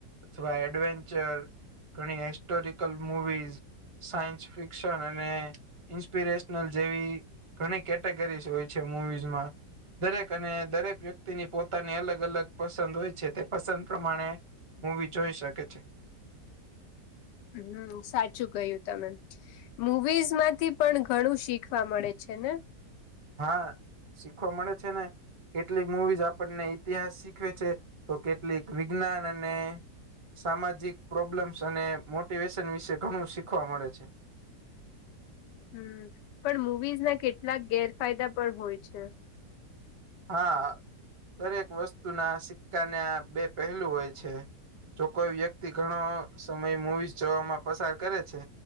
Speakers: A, on the right; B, on the left.
A: અથવા એડવેન્ચર ઘણી હિસ્ટોરિકલ મૂવીઝ સાયન્સ ફિક્શન અને ઇન્સ્પિરેશનલ જેવી ઘણી કેટેગરીઝ હોય છે મુવીઝમાં. દરેક અને દરેક વ્યક્તિની પોતાની અલગ અલગ અલગ પસંદ હોય છે. તે પસંદ પ્રમાણે મૂવી જોઈ શકે છે.
B: હમ. સાચું કહ્યું તમે? મુવીઝમાંથી પણ ઘણું શીખવા મળે છે ને.
A: હા, શીખવા મળે છે ને, કેટલીક મુવીઝ આપણને ઈતિહાસ શીખવે છે. તો કેટલીક વિજ્ઞાન અને સામાજિક પ્રોબ્લેમ્સ અને એ વ્યસન વિશે ઘણું શીખવા મળે છે.
B: હમ. પણ મુવીઝના કેટલાક ગેરફાયદા પણ હોય છે.
A: હા, દરેક વસ્તુના સિક્કાના બે પહેલું હોય છે. જો કોઈ વ્યક્તિ ઘણો સમય મૂવી જોવામાં પસાર કરે છે.